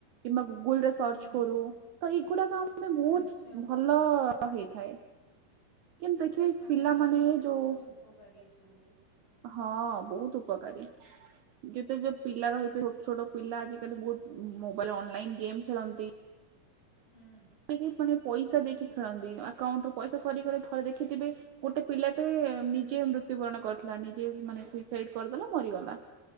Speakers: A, on the right; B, on the left.
A: କିମ୍ବା ଗୁଗୁଲ ରେ ସର୍ଚ୍ଚ
B: ହଁ ହଁ
A: କରୁ ତ ଏଇଗୁଡାକ ଆ ଆମ ପାଇଁ ବହୁତ
B: ନିଶ୍ଚୟ
A: ଭଲ ଭଲ ହେଇଥାଏ କିନ୍ତୁ ଦେଖିବେ
B: ଆମ
A: ପିଲାମାନେ
B: ପାଇଁ ବହୁତ
A: ଯୋଉ
B: <unintelligible>
A: ହଁ ବହୁତ ଉପକାରୀ ଯେତ ଯୋଉ ପିଲା ରହି ଛୋଟ ଛୋଟ ପିଲା ଆଜିିକାଲି ବହୁତ ମୋବାଇଲ ଅନଲାଇନ ଗେମ୍ ଖେଳନ୍ତି
B: ହୁଁ
A: ସେ ମାନେ ପଇସା ଦେଇକି ଖେଳନ୍ତି ଆକାଉଣ୍ଟୁ ରୁ ପଇସା ସରୀଗଲେ ଥରେ ଦେଖିଥିବେ ଗୋଟେ ପିଲାଟେ ନିଜେ ମୃତ୍ୟୁବରଣ କରିଥିଲା ନିଜେ ମାନେ ସୁଇସାଇଡ କରିଦେଲା ମରିଗଲା